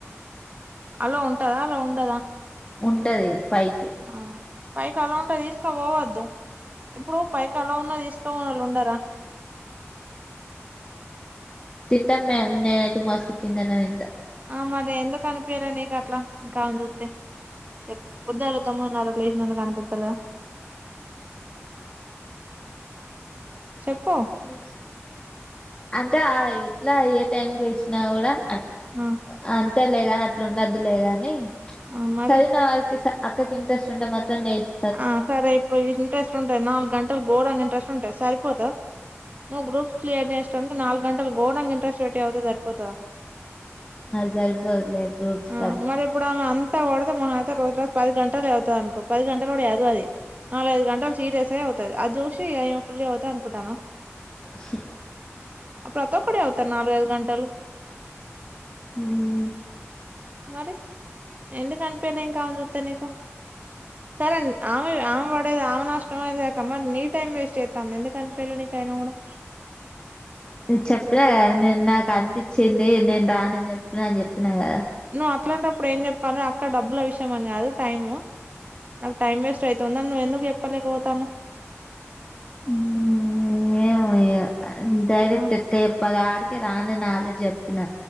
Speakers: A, on the right (about 35°); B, on the left (about 20°).
A: ఆలో ఉంటదా అలో ఉండదా
B: ఉంటది పైకి
A: ఆ పైకి ఆలో ఉంటె తీసుకపోవద్దు ఇప్పుడు పైకి ఆలో ఉన్నా తీసుకపోనోలు ఉండారా
B: తింటాం మేము నేనైతే మస్త్ కిందనే తింటా
A: ఆ మరి ఎందుకు అనిపియలే నీకు అట్లా నిక్ అమేన్ చుస్తే చెప్ పొద్దుగల తొమ్మిదిన్నరక్ లెస్ నందుకనిపిత్తలే చెప్పు
B: హ్మ్మ్హాం అంట ఆ ఎట్లా ఏ టైం లేసినా కూడా అ
A: ఆ
B: అంతే లేగాని అట్లా ఉండదులే గాని
A: ఆ మరి
B: సద్విన వారికి స అక్కకి ఇంట్రెస్ట్ ఉంటే మొత్తం నేస్
A: ఆ సరే పోఇన్ ఇంట్రెస్ట్ ఉంటది నాలుగు గంటలు గోరంగ ఇంట్రెస్ట్ ఉంటది సరిపోతద నువ్వు గ్రూప్స్ క్లియర్ చేసేటనికి నాలుగు గంటలు గోరంగ ఇంట్రెస్ట్ పెట్టి సద్వితే సరిపోతద
B: అది సరిపోదులే గ్రూప్స్
A: ఆ
B: కంతా
A: మరి ఇప్పుడు ఆమె అం త మాహ అయితే రోజులో పది గంటలు సధువుతదనుకో పది గంటలు కూడ సదువధి నాలుగైదు గంటలు సీరియస్గ సదువుతది అది చూసి ఇగ ఈమె ఫుల్ సధువుతది అనుకుంటనవా
B: సూ
A: ప్రతి ఒక్కడు సదువుతారు నాలుగు ఐదు గంటలు
B: హ్మ్మ్
A: మరి ఎందుకు అనిపియాలే ఇంకా ఆమెను సూతే నీకు సరే ఆమె ఆమె పడేది ఆమె నష్టం అది కాక మరి నీ టైం వేస్ట్ చేస్తాంది ఎందుకనిపియలే నీకైనా కూడా
B: నిక్ చెప్పినా కదా నేను నాకు అనిపించింది నేను రానని చెప్పిన అని చెప్పినా కదా
A: నువ్వు అట్లాంటప్పుడు ఏం చెప్పాలే అక్కడ డబ్బుల విషయం అని కాదు టైమ్ నాకు టైం వేస్ట్ అవుతుందాని నువ్వెందుకు చెప్పలేకపోతన్నవు
B: హ్మ్మ్ ఏమో ఇగ డైరెక్ట్
A: ఆ
B: ఎట్ల చేపాల అని కె రానాని ఆల్రెడీ జెప్పిన